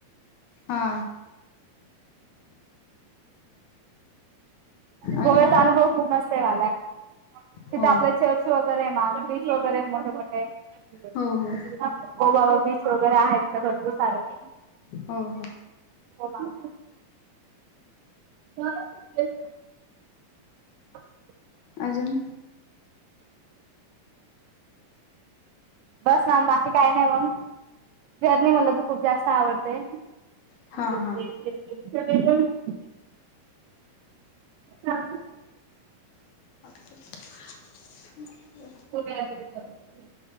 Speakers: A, on the left (about 75°); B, on the right (about 80°).
A: हा
B: गोव्याचा
A: अजून
B: अनुभव खूप मस्त आहे मला.
A: हो
B: तिथे आपलं चर्च वगैरे, मॅम. बीच वगैरेत मोठे-मोठे. ओ
A: हो हो
B: बाबा, बीच वगैरे आहेत ना? भरपूर. चालेल,
A: हो हो
B: हो मॅम. झालं, यायचं? <inaudible>
A: अजून?
B: बस मॅम, बाकी काय नाही मग. जर्नी, मला तर - खूप जास्त आवडते.
A: हां
B: त
A: हां
B: <unintelligible> चालतंय मग
A: <unintelligible>
B: हो, त्याला दिलेत करून.